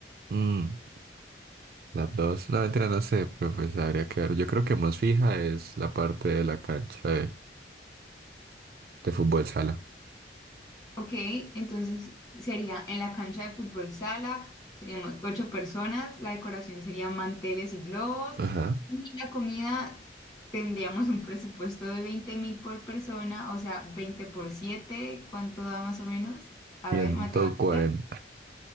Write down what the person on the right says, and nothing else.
Mm, las dos, no, mentira, no sé, pero pues habría que ver. Yo creo que más fija es la parte de la cancha de, de fútbol sala.
Ajá.
ciento
cuarenta